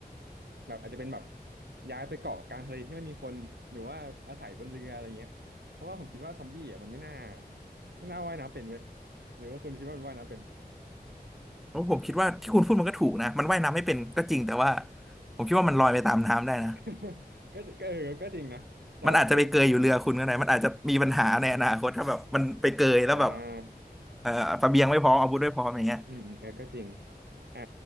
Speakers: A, on the right; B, in the centre.
A: แบบอาจจะเป็นแบบย้ายไปเกาะกลางทะเลที่ไม่มีคนหรือว่าอาศัยบนเรืออะไรเงี้ยเพราะว่าผมคิดว่าซอมบี้อ่ะมันไม่น่าไม่น่าว่ายน้ำเป็นเว้ยหรือว่าคุณคิดว่ามันว่ายน้ำเป็น
B: เพราะผมคิดว่าที่คุณพูดมันก็ถูกนะมันว่ายน้ำไม่เป็นก็จริงแต่ว่าผมคิดว่ามันลอยไปตามน้ำได้นะ
A: <laughs> ก็ก็เออก็จริงนะแต่ว่าเออ
B: มันอาจจะไปเกยอยู่เรือคุณก็ได้มันอาจจะมีปัญหาในอนาคตถ้าแบบมันไปเกยแล้วแบบ
A: อืมอืมอืมอ่า
B: เอ่อเสบียงไม่พร้อมอาวุธไม่พร้อมอย่างเงี้ย
A: อืมอืมเออก็จริงอ่ะ